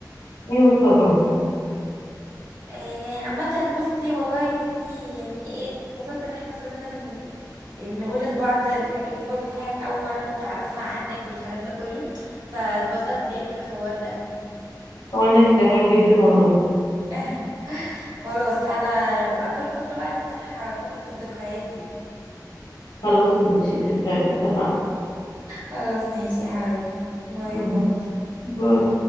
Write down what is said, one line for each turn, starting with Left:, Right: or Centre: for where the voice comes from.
Left: أيوة طبعا
Right: إيه عامة بصي والله يا بنتي يعني ايه اتبسطت ان احنا وصلنا ن- نقول لبعض الحاجات دي برضو في حاجات أول مرة كنت أعرفها عنك والكلام ده كله فاتبسطت يعني بالحوار ده
Left: وأنا كمان جدا والله
Right: <laughs> خلاص أنا بقى كل فترة بقى نفتح فقرة الذكريات دي
Left: خلاص ماشي اتفق- اتفقنا
Right: خلاص ماشي يا حبيبتي باي
Left: مم.
Right: باي
Left: باي